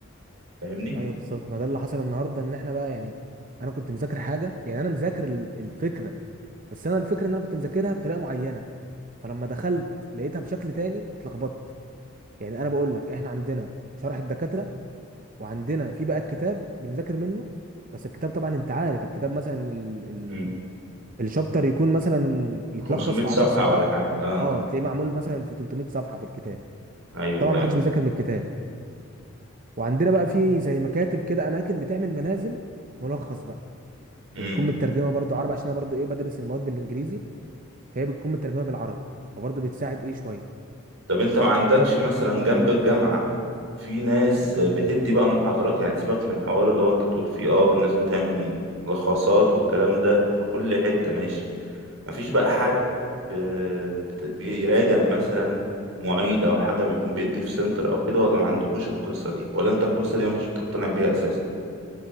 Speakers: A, on the right (about 85°); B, on the right (about 40°).
A: فاهمني
B: ايوه بالظبط ما ده اللي حصل النهارده ان احنا بقى يعني انا كنت مذاكر حاجه يعني انا مذاكر ال- الفكره بس انا الفكره ان انا كنت مذاكرها بطريقه معينه فلما دخلت لقيتها بشكل تاني اتلخبطت يعني انا بقول لك احنا عندنا شرح الدكاتره وعندنا في بقى الكتاب بنذاكر منه بس الكتاب طبعا انت عارف الكتاب مثلا ال... ال...
A: امم
B: الشابتر يكون مثلا يتلخص
A: 500
B: في
A: صفحة
B: 10 صفحات
A: ولا حاجة اه
B: اه تلاقيه معمول مثلا في 300 صفحه في الكتاب
A: ايوه
B: طبعا ما حدش بيذاكر من الكتاب وعندنا بقى في زي مكاتب كده اماكن بتعمل ملازم ملخص بقى
A: ايوه
B: وبتكون مترجمه برضو عربي عشان انا برضو ايه بدرس المواد بالانجليزي فهي بتكون مترجمه بالعربي فبرضو بتساعد ايه شويه
A: طب انت ما عندكش مثلا جنب الجامعة في ناس بتدي بقى محاضرات يعني سيبك من حوار اللي هو انت بتقول فيه اه الناس بتعمل ملخصات والكلام ده في كل حتة ماشي ما فيش بقى حد آه، بت- بيراجع مثلا معيد او حاجة بيكون بيدي في سنتر او كده ولا ما عندكوش القصة دي ولا انت القصة دي مش بتقتنع بيها اساسا